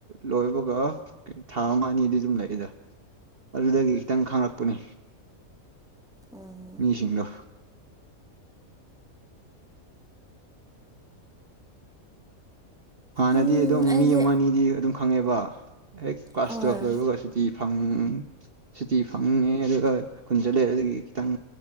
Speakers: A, on the right; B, in the centre.
A: ꯂꯣꯏꯕꯒ ꯊꯥ ꯑꯃ ꯑꯅꯤꯗꯤ ꯑꯗꯨꯝ ꯂꯩꯏꯗ ꯑꯗꯨꯗꯒꯤ ꯈꯤꯇꯪ ꯈꯥꯡꯪꯂꯛꯄꯅꯤ
B: ꯎꯝ
A: ꯃꯤꯁꯤꯡꯗꯣ ꯍꯥꯟꯅꯗꯤ
B: ꯎꯝ
A: ꯑꯗꯨꯝ
B: ꯑꯩꯗꯤ
A: ꯃꯤ ꯑꯃ ꯑꯅꯤꯗꯤ ꯑꯗꯨꯝ ꯈꯪꯉꯦꯕ ꯑꯦ ꯀ꯭ꯂꯥꯁ
B: ꯍꯣꯏ
A: ꯇꯨꯋꯦꯜꯚ ꯂ ꯌꯕꯁꯤꯇꯤ ꯐꯪ ꯁꯨꯇꯤ ꯐꯪꯅꯤꯡꯉꯦ ꯑꯗꯨꯒ ꯀꯨꯟꯁꯤꯂꯦ ꯑꯗꯨꯗꯒꯤ ꯈꯤꯇꯪ